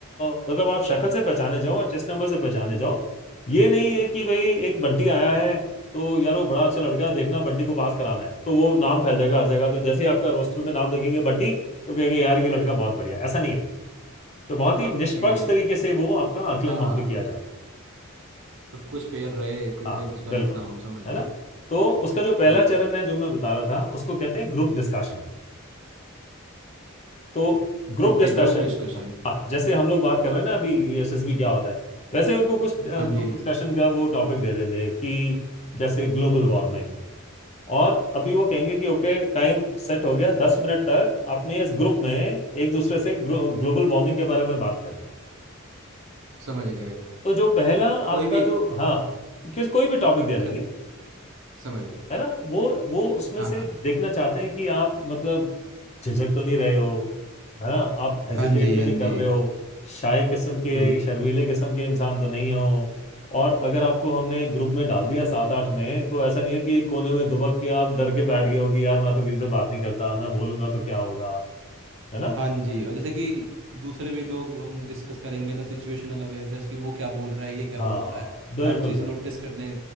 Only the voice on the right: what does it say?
ओके
हाँ
सब कुछ फेयर रहे कुछ
या कुछ गलत
ना हो समझ
गए
हाँ जी
Okay
group discussion
हाँ जी
समझ गए
कोई
भी
कर समझ गए
हाँ
हाँ
हाँ जी
हाँ
जी
बिल
हाँ जी और जैसे कि दूसरे भी लोग हम डिस्कस करेंगे तो सिचुएशनल अवेयरनेस की वो क्या बोल रहा है ये क्या
बोल रहा है
हर चीज़
नोटिस करने